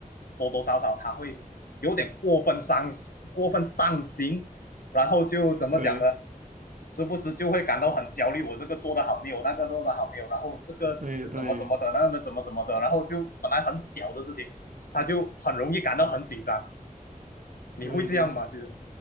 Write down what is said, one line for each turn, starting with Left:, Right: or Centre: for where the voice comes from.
Left: 多多少少他会有点过分伤过分上心，然后就怎么讲呢？
Right: 对
Left: 时不时就会感到很焦虑，我这个做的好没有，那个做的好没有，然后这个怎么怎么的，
Right: 对对
Left: 那个怎么怎么的，然后就本来很小的事情，他就很容易感到很紧张。你会这样吗？
Right: 对，
Left: 就是。